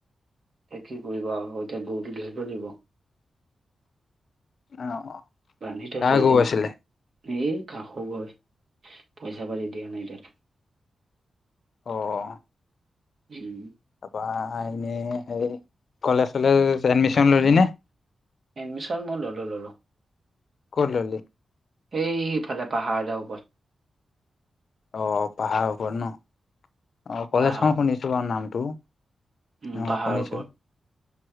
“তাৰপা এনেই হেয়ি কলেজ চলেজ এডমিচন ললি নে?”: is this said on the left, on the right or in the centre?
Left